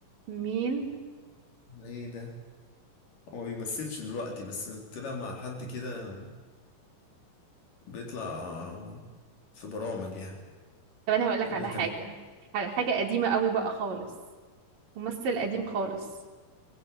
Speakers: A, on the right; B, on the left.
A: مين
B: ايه ده هو ما بيمثلش دلوقتي بس طلع مع حد كده بيطلع في برامج يعني
A: طب انا هقول لك
B: اللي
A: على حاجة
B: كان
A: حاجة حاجة قديمة قوي بقى خالص ممثل قديم خالص